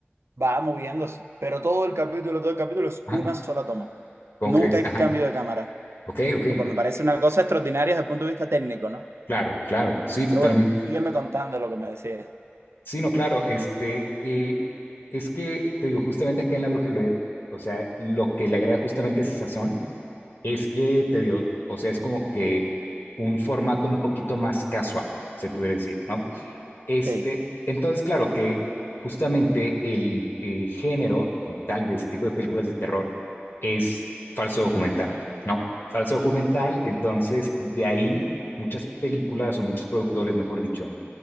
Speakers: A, on the right (about 75°); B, on the left (about 60°).
A: va moviéndose, pero todo el capítulo, todo el capítulo es
B: ajá.
A: una sola toma.
B: ¿Cómo
A: Nunca
B: crees?
A: hay
B: Ajá.
A: cambio de cámara,
B: Ok, ok.
A: lo cual me parece una cosa extraordinaria desde el punto de vista técnico, ¿no?
B: Claro, claro. Sí, totalmente.
A: Pero bueno, sígueme contando lo que me decías.
B: Sí, no, claro. Este, eh, es que te digo, justamente acá en La Bruja del Oer, o sea, lo que le agrega justamente ese sazón es que te digo, o sea, es como que un formato un poquito más casual, se pudiera decir, ¿no? Este,
A: Sí.
B: entonces, claro que justamente el eh, género, como tal, de ese tipo de películas de terror es falso documental, ¿no? Falso documental, entonces de ahí muchas películas o muchos productores, mejor dicho,